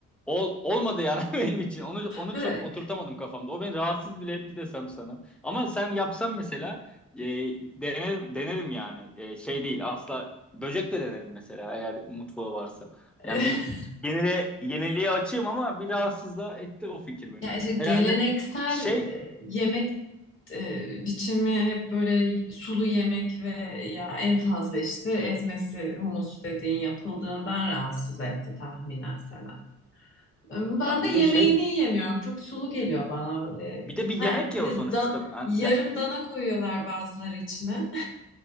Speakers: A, in the centre; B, on the left.
A: ol, olmadı yani <laughs> benim için. Onu onu
B: Evet.
A: çok oturtamadım kafamda. O beni rahatsız bile etti desem sana. Ama sen yapsan mesela e, denerim denerim yani. E, şey değil asla böcek de denerim mesela eğer mutfağı varsa.
B: <laughs>
A: Yani bir Yeniliğe, yeniliğe açığım ama bir rahatsız da etti o fikir beni.
B: Ya işte geleneksel
A: Herhalde şey
B: e, yemek e, biçimi hep böyle sulu yemek ve ya en fazla işte ezmesi humus dediğin yapıldığından rahatsız etti tahminen Sena. Ben
A: ya
B: de
A: bir
B: yemeğini
A: de şey
B: yemiyorum. Çok sulu geliyor bana öyle.
A: bir de bir yemek
B: Ha, bir
A: ya o
B: de
A: sonuçta.
B: da-
A: Ben-
B: yarım
A: ya-
B: dana koyuyorlar bazıları içine.